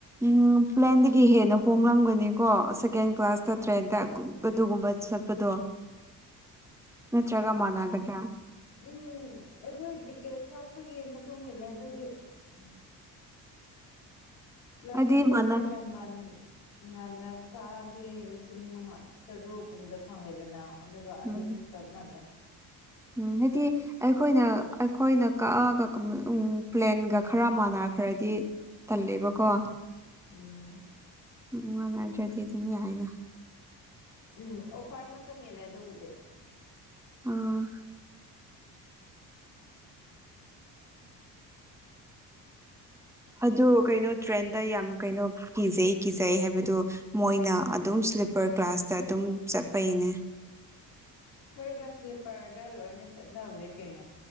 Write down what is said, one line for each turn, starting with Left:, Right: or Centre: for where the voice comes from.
Centre: ꯎꯝ ꯄ꯭ꯂꯦꯟꯗꯒꯤ ꯍꯦꯟꯅ ꯍꯣꯡꯂꯝꯒꯅꯤꯀꯣ ꯁꯦꯀꯦꯟ ꯀ꯭ꯂꯥꯁꯇ ꯇ꯭ꯔꯦꯟꯗ ꯒ ꯑꯗꯨꯒꯨꯝꯕ ꯆꯠꯄꯗꯣ ꯅꯠꯇ꯭ꯔꯒ ꯃꯥꯟꯅꯒꯗ꯭ꯔꯥ꯫
Left: ꯎꯝ ꯑꯩꯈꯣꯏ ꯇꯤꯛꯀꯦꯠ ꯀꯛꯄꯒꯤ ꯃꯇꯨꯡ ꯏꯜꯂꯦ ꯑꯗꯨꯗꯤ꯫ ꯎꯝ꯫ ꯂꯥꯏꯛꯁꯦ
Centre: ꯍꯥꯏꯗꯤ
Left: ꯑꯩꯈꯣꯏꯅ
Centre: ꯃꯥꯟꯅ
Left: ꯉꯟ ꯉꯟꯅ ꯀꯥꯛꯑꯗꯤ ꯂꯤꯁꯤꯡ ꯃꯉꯥ ꯇꯔꯨꯛꯒꯨꯝꯕꯗ ꯐꯪꯉꯦꯗꯅ꯫ ꯑꯗꯨꯒ ꯑꯗꯨꯁꯨ
Centre: ꯎꯝ
Left: ꯆꯥꯞ ꯃꯥꯟꯅꯩ꯫
Centre: ꯎꯝ ꯍꯥꯏꯗꯤ ꯑꯩꯈꯣꯏꯅ ꯑꯩꯈꯣꯏꯅ ꯀꯥꯛꯑꯒ ꯎꯝ ꯄ꯭ꯂꯦꯟꯒ ꯈꯔ ꯃꯥꯟꯅꯈ꯭ꯔꯗꯤ ꯇꯜꯂꯦꯕꯀꯣ
Left: ꯎꯝ
Centre: ꯎꯝ ꯃꯥꯟꯅꯗ꯭ꯔꯗꯤ ꯑꯗꯨꯝ ꯌꯥꯏꯅ꯫
Left: ꯎꯝ ꯑꯣꯐꯔ ꯃꯇꯨꯡ ꯏꯜꯂꯦ ꯑꯗꯨꯕꯨꯗꯤ꯫
Centre: ꯑꯥ꯫ ꯑꯗꯨ ꯀꯩꯅꯣ ꯇ꯭ꯔꯦꯟꯗ ꯌꯥꯝ ꯀꯩꯅꯣ ꯀꯤꯖꯩ-ꯀꯤꯖꯩ ꯍꯥꯏꯕꯗꯨ ꯃꯣꯏꯅ ꯑꯗꯨꯝ ꯏꯁ꯭ꯂꯤꯞꯄꯔ ꯀ꯭ꯂꯥꯁꯇ ꯑꯗꯨꯝ ꯆꯥꯠꯄꯩꯅꯦ
Left: ꯍꯣꯏꯗ ꯏꯁ꯭ꯂꯤꯞꯄꯔꯗ ꯂꯣꯏꯅ ꯆꯠꯅꯕꯅꯦ ꯀꯩꯅꯣ